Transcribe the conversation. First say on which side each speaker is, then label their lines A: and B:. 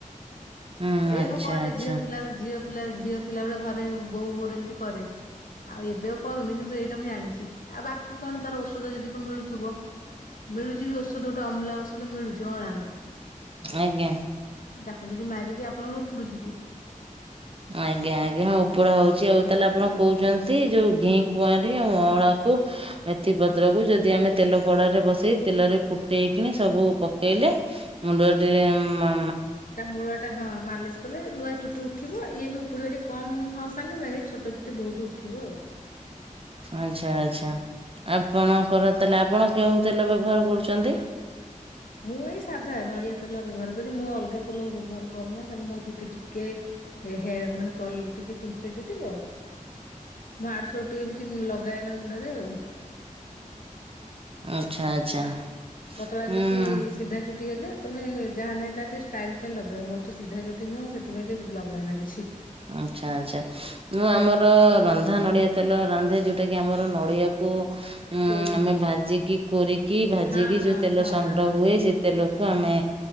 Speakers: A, on the right; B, on the left.
A: ହୁଁ
B: ଏ
A: ଆଚ୍ଛା
B: ମୁଁ କରେ
A: ଆଚ୍ଛା
B: ଝିଅ ଥିଲାବେଳେ ଝିଅ ପିଲା ଝିଅ ଥିଲା ବେଳେ ଘରେ ବୋଉ ମୋର ଏମିତି କରେ। ଆଉ ଏବେ ଆଉ କରୁନି କିନ୍ତୁ ଏଇଟା ମୁଁ ଜାଣିଚି ଆଉ ବାକି କଣ ତାର ଔଷଧ ଯଦି କଣ ମିଳୁଥିବ ମିଳୁଚି ବି ଔଷଧ ଗୋଟେ ଅମ୍ଲା ଔଷଧ ମିଳୁଚି ଅଁଳାର।
A: ଆଜ୍ଞା।
B: ତାକୁ ଯଦି ମାରିବେ, ଆପଣଙ୍କର ଉପୁଡୁଚି କି?
A: ଆଜ୍ଞା ଆଜ୍ଞା ହଁ ଉପୁଡା ହଉଚି ଆଉ ତାହେଲେ ଆପଣ କହୁଚନ୍ତି ଯୋଉ ଘି କୁଆଁରୀ ଆଉ ଅଁଳାକୁ ମେଥି ପତ୍ରକୁୁ ଯଦି ଆମେ ତେଲ କଡାରେ ବସେଇ ତେଲରେ ଫୁଟେଇକିନା ସବୁ ପକେଇଲେ ମୁଣ୍ଡଟିରେ ମା
B: ତା ମୂଳ ଟା ହଁ ମାଲିସ କଲେ ନୂଆ ଚୁଟି ଉଠ ଠିବ ଇଏ ବି ଉପୁଡିବା ଟିକେ କମ ସାଙ୍ଗେ ସାଙ୍ଗେ ଛୋଟ ଚୁଟି ବହୁତ ଉଠିବ ଆଉ।
A: ଆଚ୍ଛା ଆଚ୍ଛା ଆପଣଙ୍କର ତାହେଲେ ଆପଣ କେଉ ତେଲ ବ୍ୟବହାର କରୁଚନ୍ତି?
B: <inaudible> ମୁଁ ଏଇ ସାଧା ନଡ଼ିଆ ତେଲ ବ୍ୟବହାର କରୁଛି ମୁଁ ଅଲଗା ତେଲ ବ୍ୟବହାର କରୁନା କାରଣ ମୋ ଚୁଟି ଟିକେ ଏ ହେ ମାନେ କଲ ଟିକେ କୁଞ୍ଚ ଚୁଟି ତ। ମୁଁ ଆଡୁ ସିଆଡୁ ଟିକେ ବେଶୀ ଲଗାଏନା ମୁଣ୍ଡରେ ଆଉ।
A: ଆଚ୍ଛା ଆଚ୍ଛା।
B: ପତଳା
A: ହୁଁ।
B: ଚୁଟି ସିଧା ଚୁଟି ହେଲେ ତମେ ଯାହା ନାହିଁ ତା ଟକେ ତମେ ଷ୍ଟାଇଲ ଫାଇଲ ଲଗେଇବା ମୋର ତ ସିଧା ଚୁଟି ନୁହଁ ସେଥିପାଇଁ ଟିକେ ଲଗା ଏନା କିଛି।
A: ଆଚ୍ଛା ଆଚ୍ଛା ମୁଁ ଆମର ରନ୍ଧା ନଡିଆ ତେଲ ରାନ୍ଧେ ଯୋଉଟା କି ଆମର ନଡିଆକୁ ଉଁ,
B: କୋରିକି
A: ଆମେ ଭାଜିକି, କୋରିକି ଭାଜିକି
B: ହଁ ହଁ
A: ଯୋଉ ତେଲ
B: ଘଣା
A: ସଂଗ୍ରହ
B: ହଁ
A: ହୁଏ ସେ ତେଲକୁ କୁ ଆମେ